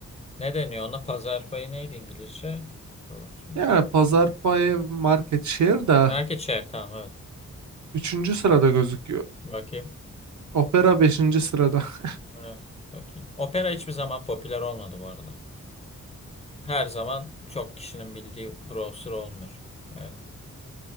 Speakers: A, on the left; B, on the right.
A: Ne deniyor ona? Pazar payı neydi İngilizce? Doğrusu.
B: Yani Pazar payı market share da
A: Market share tamam evet.
B: üçüncü sırada gözüküyor.
A: Bakayım.
B: Opera beşinci sırada. <laughs>
A: Evet bakayım. Opera hiçbir zaman popüler olmadı bu arada. Her zaman çok kişinin bildiği browser olmuyor. Evet.